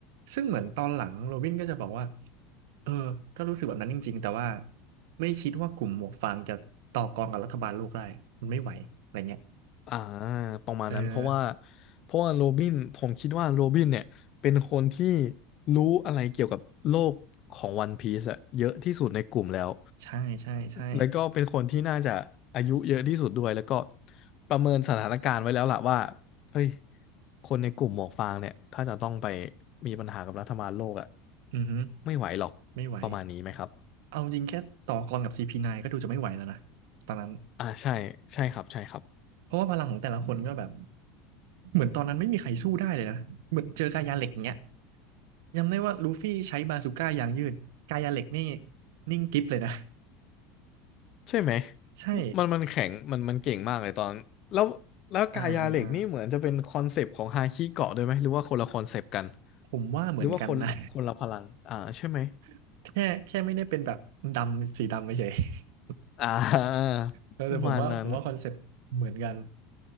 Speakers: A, on the right; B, on the left.
A: ซึ่งเหมือนตอนหลังโรบินก็จะบอกว่าเออก็รู้สึกแบบนั้นจริงๆแต่ว่าไม่คิดว่ากลุ่มหมวกฟางจะต่อกรกับรัฐบาลโลกได้มันไม่ไหวอะไรเงี้ย
B: อ่าประมาณนั้นเพราะว่า
A: เออ
B: เพราะว่าโรบินผมคิดว่าโรบินเนี่ยเป็นคนที่รู้อะไรเกี่ยวกับโลกของวันพีซอะเยอะที่สุดในกลุ่มแล้ว
A: ใช่ใช่ใช่
B: แล้วก็เป็นคนที่น่าจะอายุเยอะที่สุดด้วยแล้วก็ประเมินสถานการณ์ไว้แล้วล่ะว่าเฮ้ยคนในกลุ่มหมวกฟางเนี่ยถ้าจะต้องไปมีปัญหากับรัฐบาลโลกอะ
A: อือฮึ
B: ไม่ไหวหรอกประมาณนี้ไหมครับ
A: ไม่ไหวเอาจริงแค่ต่อกรกับ CP9 ก็ดูจะไม่ไหวแล้วนะตอนนั้น
B: อ่าใช่ใช่ครับใช่ครับ
A: เพราะว่าพลังของแต่ละคนก็แบบเหมือนตอนนั้นไม่มีใครสู้ได้เลยนะเหมือนเจอกายาเหล็กอย่างเงี้ย จำได้ว่าลูฟี่ใช้บาซูก้ายางยืดกายาเหล็กนี่นิ่งกริบเลยนะ
B: ใช่ไหม
A: <laughs> ใช่
B: มันมันแข็งมันมันเก่งมากเลยตอนแล้วแล้วกายาเหล็กนี่เหมือนจะเป็นคอนเซปต์ของฮาคิเกาะด้วยไหมหรือว่าคนละคอนเซปต์กัน
A: อ่าอ่าอ่าผมว่าเหมือนกันนะ
B: หรือว่าคนคนละพลังอ่าใช่ไหม
A: <laughs> แค่แค่ไม่ได้เป็นแบบดำสีดำไม่ใช่ <laughs>
B: อ่า <laughs>
A: เออแต่ผมว่าผมว่าคอนเซ็ปต์เหมือนกัน
B: ประมาณนั้น